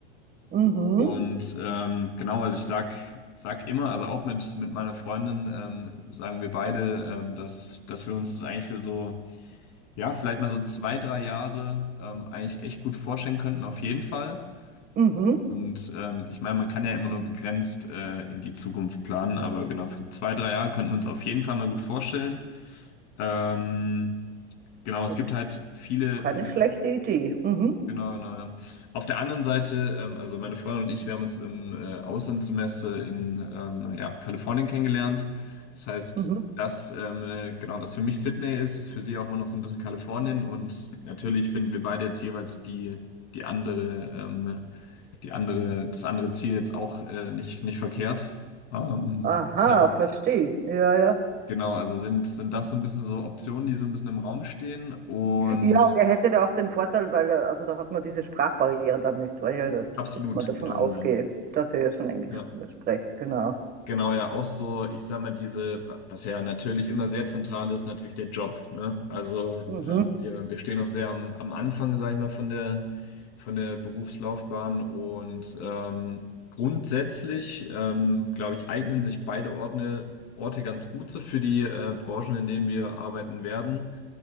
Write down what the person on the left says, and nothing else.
Und ähm, genau, also ich sag, sag immer, also auch mit, mit meiner Freundin, ähm, sagen wir beide, ähm, dass, dass wir uns das eigentlich für so, ja, vielleicht mal so zwei, drei Jahre ähm, eigentlich echt gut vorstellen könnten, auf jeden Fall.
Und ähm, ich meine, man kann ja immer nur begrenzt äh, in die Zukunft planen, aber genau, für zwei, drei Jahre könnten wir uns auf jeden Fall mal gut vorstellen. Ähm, Genau, es
gibt
halt viele,
viele,
genau, genau, ja. Auf der anderen Seite, ähm, also meine Freundin und ich, wir haben uns im äh, Auslandssemester in ähm, ja, Kalifornien kennengelernt. Das heißt,
das, ähm, äh, genau, was für mich Sydney ist, ist für sie auch immer noch so ein bisschen Kalifornien. Und natürlich finden wir beide jetzt jeweils die, die andere, ähm, die andere, das andere Ziel jetzt auch äh, nicht, nicht verkehrt. Ähm,
deshalb,
genau, also sind, sind das so ein bisschen so Optionen, die so ein bisschen im Raum stehen. Und
Absolut,
genau.
ne,
Ja,
genau, ja, auch so, ich sag mal, diese, was ja natürlich immer sehr zentral ist, natürlich der Job, ne? Also
ähm, wir, wir stehen noch sehr am, am Anfang, sag ich mal, von der, von der Berufslaufbahn und ähm, grundsätzlich, ähm, glaube ich, eignen sich beide Orte, Orte ganz gut so für die äh, Branchen, in denen wir arbeiten werden.